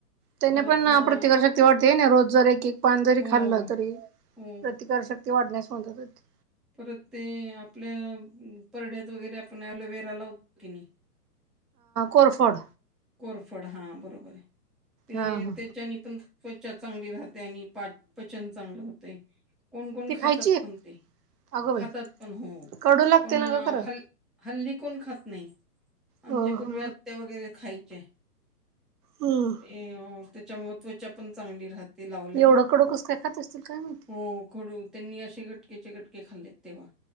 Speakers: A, on the right (about 70°); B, in the centre.
A: त्याने
B: परत
A: पण
B: अ,
A: प्रत वर्ष शती वाटते ना रोज जर एक एक पान जरी
B: हो,
A: खाल्लं तरी
B: हो.
A: प्रतिकारशक्ती वाढण्यास म्हणतात
B: परत ते आपल्या परड्यात वगैरे आपण अलोवेरा लावतो की नाही
A: कोरफोड
B: कोरफड हा बरोबर ते
A: हा हा
B: तेच्यानी पण स्वच्छ चांगली राहते आणि पा पचन चांगलं होते कोण कोण
A: ती
B: खातात
A: खायची
B: पण ते
A: अगं बाई
B: खातात पण हो
A: कडू लागते
B: पण
A: ना ग खरं
B: हल् हल्ली कोण खात नाही आमच्या
A: हो
B: पूर्वी
A: हो
B: आत्या वगैरे खायच्या
A: हम्म
B: ते त्याच्या त्वच्या पण चांगली राहते लावल्यावर
A: एवढं कडू कस काय खात असतील काय माहिती
B: हो खड त्यांनी असे गटकेचे गटके खाल्लेत तेव्हा